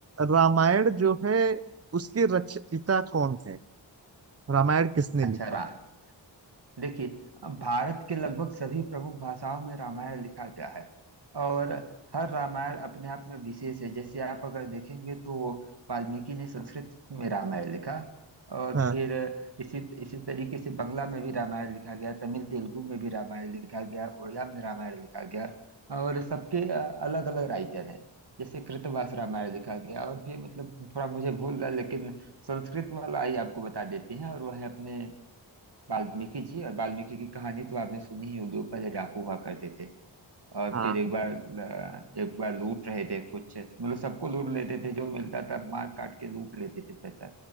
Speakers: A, on the right; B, on the right.
A: रामायण जो है उसके रचयिता कौन थे रामायण किसने
B: अच्छा
A: लिखा
B: राम देखिए अब भारत के लगभग सभी प्रमुख भाषाओं में रामायण लिखा गया है और हर रामायण अपने आप में विशेष है जैसे आप अगर देखेंगे तो वाल्मीकि ने संस्कृत में रामायण लिखा और
A: हाँ
B: फिर इसी इसी तरीके से बंगला में भी रामायण लिखा गया तमिल तेलुगु में भी रामायण लिखा गया उड़िया में रामायण लिखा गया और सबके अलग अलग राइटर हैं जैसे कृतवास रामायण लिखा गया और भी मतलब थोड़ा मुझे भूल रहा है, लेकिन संस्कृत वाला ही आपको बता देते हैं और वह है अपने वाल्मीकि जी और वाल्मीकि की कहानी तो आपने सुनी ही होगी वो पहले डाकू हुआ करते थे और
A: हाँ
B: फिर एक बार अ, एक बार लूट रहे थे कुछ मतलब सबको लूट लेते थे जो मिलता था मार काट के लूट लेते थे पैसा